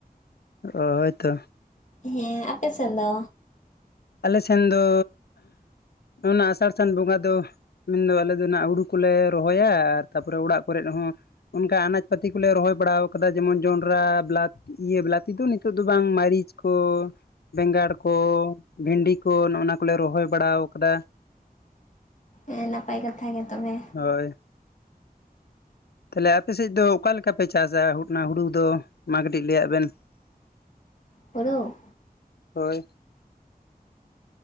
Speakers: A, on the left; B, on the left.
A: ᱚ ᱦᱳᱭ ᱛᱚ
B: ᱦᱮᱸ ᱟᱯᱮ ᱥᱮᱱ ᱫᱚ
A: ᱟᱞᱮ ᱥᱮᱱ ᱫᱚ ᱚᱱᱟ ᱟᱥᱟᱲ ᱥᱟᱱ ᱵᱚᱸᱜᱟ ᱫᱚ ᱢᱮᱱᱫᱚ ᱟᱞᱮ ᱫᱚ ᱦᱟᱸᱜ ᱦᱩᱲᱩ ᱠᱚᱞᱮ ᱨᱚᱦᱚᱭᱟ ᱟᱨ ᱛᱟᱨᱯᱚᱨᱮ ᱚᱲᱟᱜ ᱠᱚᱨᱮ ᱦᱚᱸ ᱚᱱᱠᱟ ᱟᱱᱟᱡᱽ ᱯᱟᱹᱛᱤ ᱠᱚᱞᱮ ᱨᱚᱦᱚᱭ ᱵᱟᱲᱟ ᱠᱟᱫᱟ ᱡᱮᱢᱚᱱ ᱡᱚᱱᱰᱨᱟ ᱵᱮᱞᱟᱛᱤ ᱤᱭᱟᱹ ᱵᱮᱞᱟᱛᱤ ᱫᱚ ᱱᱤᱛᱚᱜ ᱫᱚ ᱵᱟᱝ ᱢᱟᱹᱨᱤᱪ ᱠᱚ ᱵᱮᱸᱜᱟᱲ ᱠᱚ ᱵᱷᱤᱱᱰᱤ ᱠᱚ ᱱᱚᱜᱼ ᱚᱱᱟ ᱠᱚᱞᱮ ᱨᱚᱦᱚᱭ ᱵᱟᱲᱟ ᱟᱠᱟᱫᱟ᱾
B: ᱦᱮᱸ ᱱᱟᱯᱟᱭ ᱠᱟᱛᱷᱟ ᱜᱮ ᱛᱚᱵᱮ
A: ᱦᱳᱭ ᱛᱟᱦᱚᱞᱮ ᱟᱯᱮ ᱥᱮᱫ ᱫᱚ ᱚᱠᱟ ᱞᱮᱠᱟ ᱯᱮ ᱪᱟᱥᱟ ᱦᱩᱰᱱᱟ ᱦᱩᱲᱩ ᱫᱚ ᱢᱟ ᱠᱟᱹᱴᱤᱡ ᱞᱟᱹᱭᱟᱜ ᱵᱤᱱ <unintelligible>
B: ᱦᱩᱲᱩ
A: ᱦᱳᱭ